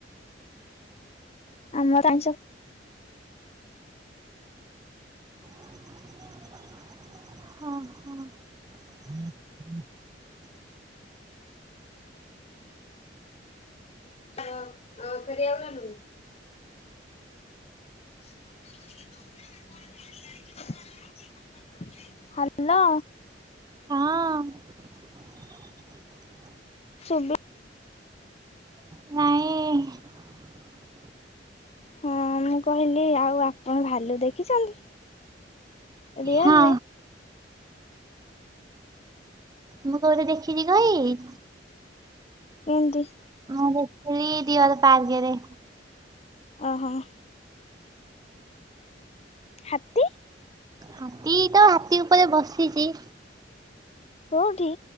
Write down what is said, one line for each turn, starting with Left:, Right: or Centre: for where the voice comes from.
Left: ଆମର ଆଇଁଷ
Right: ଅହଁ।
Left: ଅଁ ଅଁ ଫେରେଇବା କୁ ନେଲୁ। <unintelligible> ହାଲୋ।
Right: ହଁ।
Left: ଶୁବିଲା।
Right: ନାଇଁ।
Left: ହଁ ମୁଁ କହିଲି ଆଉ ଆପଣ ଭାଲୁ ଦେଖିଛନ୍ତି? ରିୟଲରେ?
Right: ହଁ ମୁଁ କେଉଁଠି ଦେଖିଛି କହିବି?
Left: କେନ୍ତୀ।
Right: ମୁଁ ଦେଖିଥିଲି ଡିଅର୍ ପାର୍କେରେ।
Left: ଅହଁ। ହାତୀ।
Right: ହାତୀ ତ ହାତୀ ଉପରେ ବସିଚି।
Left: କୋଉଠି?